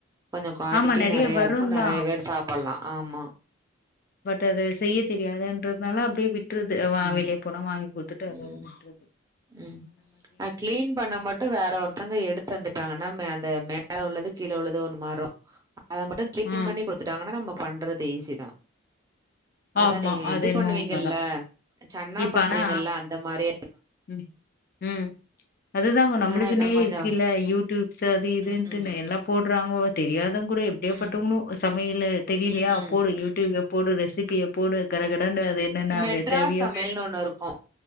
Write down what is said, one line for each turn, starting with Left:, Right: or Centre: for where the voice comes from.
Right: கொஞ்சோ குவாண்டிட்டி
Left: ஆமா நெறைய
Right: நெறையருக்கு
Left: வருந்தா
Right: நெறைய பேர் சாப்பல்லா ஆமா
Left: பட் அது செய்ய தெரியாதுன்றத்னால அப்டியே விட்றது அ வா
Right: ம்
Left: வெளிய போனா வாங் குடுத்துட்டு
Right: ம்
Left: அதோட விட்றது
Right: ம் அ கிளீன் பண்ணா மட்டு வேற ஒருத்தங்க எடுத் தந்துட்டாங்கனா மே அந்த மேல உள்ளது கீழ உள்ளது ஒன்னு மாரோ அத மட்டு கிளீன்
Left: ஆ
Right: பண்ணி குடுத்துட்டாங்னா நம்ம பண்றது ஈஸி தா அதா
Left: ஆமா
Right: நீங்க
Left: அது
Right: இது
Left: என்னமோ
Right: பண்ணுவீங்கல்ல
Left: உண்மதா
Right: சன்னா
Left: இப்ப
Right: பண்றீங்கல்ல
Left: ஆனா
Right: அந்த மாரி
Left: ம் ம் அது தாங்க நம்ளுக்கின்னே
Right: ஆனா என்ன கொஞ்சம்
Left: இருக்கில்ல யூடூப் சரி இதுன்ட்டுனே
Right: ம், ம்,
Left: எல்லா போட்றாங்கோ தெரியாத கூட எப்டியாப்
Right: ம்,
Left: பட்டவங்களு சமையலே தெரியிலியா
Right: ம், ம்.
Left: போடு யூடியூப்ய போடு ரெசிபிய போடு கட கடனு அது என்னனா
Right: மெட்ராஸ்
Left: வே தேவையோ
Right: சமையல்னு ஒண்ணு இருக்கும்.